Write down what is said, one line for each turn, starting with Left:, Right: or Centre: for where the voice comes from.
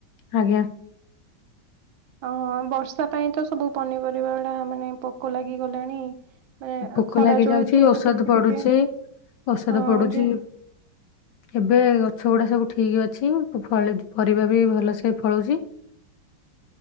Left: ଆଜ୍ଞା।
Right: ଅ, ବର୍ଷା ପାଇଁ ତ ସବୁ ପନିପରିବା ଗୁଡା, ମାନେ ପୋକ ଲାଗିଗଲାଣି। ମାନେ
Left: ପୋକ
Right: ଖରା
Left: ଲାଗିଯାଉଛି।
Right: ଯୋଉ ଯେହେତୁ
Left: ଔଷଧ
Right: ଟିକେ
Left: ପଡୁଛି,
Right: ଟିକେ
Left: ଔଷଧ
Right: ହଁ
Left: ପଡୁଛି।
Right: ଯେ
Left: ଏବେ ଗଛ ଗୁଡା ସବୁ ଠିକ ଅଛି। ପରିବା ବି ଭଲସେ ଫଳୁଛି।